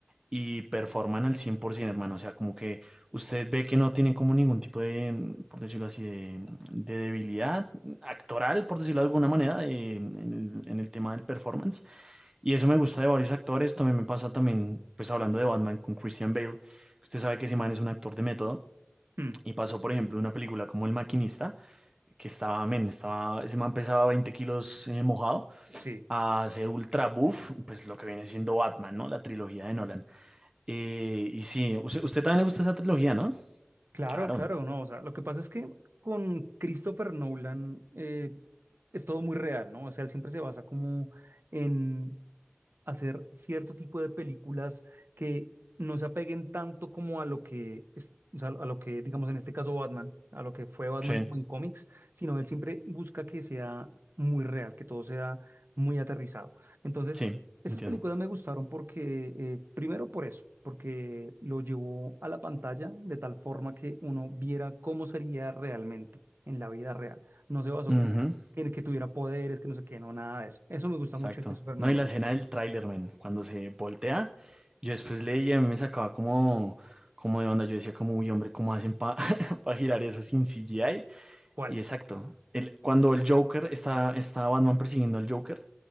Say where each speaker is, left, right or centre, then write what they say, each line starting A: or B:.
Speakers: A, on the right; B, on the right.
A: y performan al 100%, hermano. O sea, como que usted ve que no tienen como ningún tipo de, mm, por decirlo así, de, mm, de debilidad actoral, por decirlo de alguna manera, de- en el, en el tema del performance. Y eso me gusta de varios actores. También me pasa también, pues hablando de Batman con Christian Bale, que usted sabe que ese man es un actor de método.
B: Mm,
A: Y pasó, por ejemplo, de una película como El Maquinista, que estaba, men, estaba, ese man pesaba 20 kilos eh, mojado,
B: Sí.
A: a ser ultra buff, pues lo que viene siendo Batman, ¿no? La trilogía de Nolan. Eh, y sí, usted, usted también le gusta esa trilogía, ¿no?
B: Claro,
A: Claro,
B: claro, no. O sea, lo que pasa es que con Christopher Nolan eh, es todo muy real, ¿no? O sea, él siempre se basa como en. hacer cierto tipo de películas que no se apeguen tanto como a lo que es, o sea, a lo que, digamos, en este caso Batman, a lo que fue Batman
A: sí,
B: como en cómics, sino él siempre busca que sea muy real, que todo sea muy aterrizado. Entonces,
A: sí,
B: esas
A: entiendo.
B: películas me gustaron porque, eh, primero por eso, porque lo llevó a la pantalla de tal forma que uno viera cómo sería realmente en la vida real. No se basó
A: Ujú,
B: como en que tuviera poderes, que no sé qué, no, nada de eso. Eso me gusta
A: exacto.
B: mucho de Christopher Nolan.
A: No, y la escena del tráiler, men, cuando se voltea, yo después leía, a mí me sacaba como, como de onda, yo decía como, uy, hombre, ¿cómo hacen para <laughs> girar eso sin CGI?
B: ¿Cuál?
A: Y exacto, el, cuando el Joker, está, está Batman persiguiendo al Joker,